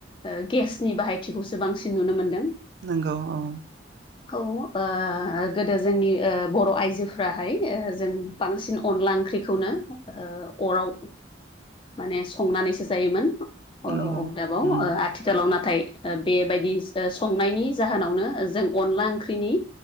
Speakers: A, on the left (about 25°); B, on the right (about 65°).
A: ओ गेसनि बाहायथिखौसो बांसिन नुनो मोनदों
B: नंगौ औ
A: औ ओ गोदो जोंनि ओ बर' आइजो फ्राहाय ओ जों बांसिन अनला ओंख्रिखौनो ओ अराव माने संनानैसो जायोमोन। ओ
B: नंगौ
A: अदाबाव
B: उम
A: आथिखाल नाथाय ओ बेबायदि संनायनि जाहोनावनो जों अनला ओंख्रिनि